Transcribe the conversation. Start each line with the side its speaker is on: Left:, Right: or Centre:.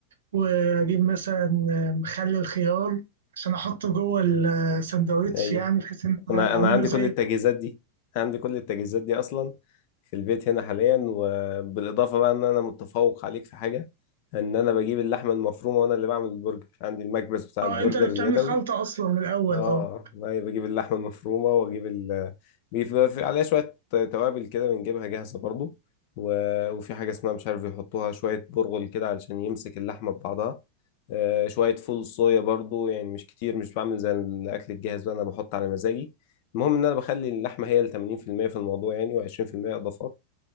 Right: واجيب مثلا آه، مخلل خيار عشان احطه جوه الساندوتش
Left: ايوه
Right: يعني بحيث ان
Left: انا
Right: اعمله
Left: انا عندي
Right: زي
Left: كل التجهيزات دي عندي كل التجهيزات دي اصلا في البيت هنا حاليا وبالاضافه بقى ان انا متفوق عليك في حاجه ان انا بجيب اللحمه المفرومه وانا اللي بعمل البرجر عندي المكبس بتاع
Right: اه
Left: البرجر
Right: انت اللي بتعمل
Left: اليدوي
Right: خلطه اصلا من الاول
Left: اه
Right: اه
Left: ما بجيب اللحمه المفرومه واجيب ال بيبقى في عليها شويه توابل كده بنجيبها جاهزه برضو و... وفي حاجه اسمها مش عارف يحطوها شويه برغل كده علشان يمسك اللحمه ببعضها آه شويه فول صويا برضو يعني مش كتير مش بعمل زي الاكل الجاهز بقى انا بحط على مزاجي المهم ان انا بخلي اللحمه هي ال 80% في المية في الموضوع يعني و20% اضافات